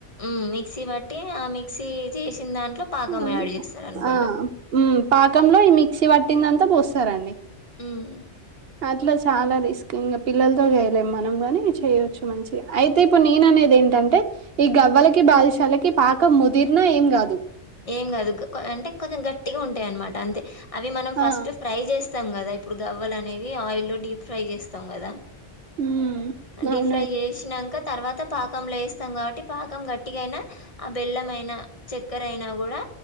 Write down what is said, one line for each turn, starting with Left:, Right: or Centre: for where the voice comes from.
Left: ఉమ్ మిక్సీ బట్టి ఆ మిక్సీ చేసిన దాంట్లో పాకం
Right: అన్
Left: యాడ్ చేస్తారు అనుకుంటా
Right: ఆ! హ్మ్. పాకంలో ఈ మిక్సీ పట్టిందంతా పోస్తారంండి
Left: ఉమ్
Right: అట్లా చాలా రిస్క్ ఇంకా పిల్లలతో చేయలేం మనం గాని చేయొచ్చు మంచి అయితే ఇప్పు నేననేది ఏంటంటే ఈ గవ్వలకి బాలశాలకి పాకం ముదిరిన ఏం కాదు
Left: ఏం కాదు కో అంటే కొంచెం గట్టిగా ఉంటాయి అన్నమాట అంతే అవి మనం ఫస్ట్
Right: ఆ!
Left: ఫ్రై చేస్తాం కదా ఇప్పుడు గవ్వలు అనేవి ఆయిల్లో డీప్ ఫ్రై చేస్తాం కదా
Right: హ్మ్.
Left: డీప్
Right: అవునం
Left: ఫ్రై చేసినంకా తర్వాత పాకంలో వస్తాం కాబట్టి పాకం గట్టిగాయినా ఆ బెల్లంమయినా చక్కర అయినా కూడా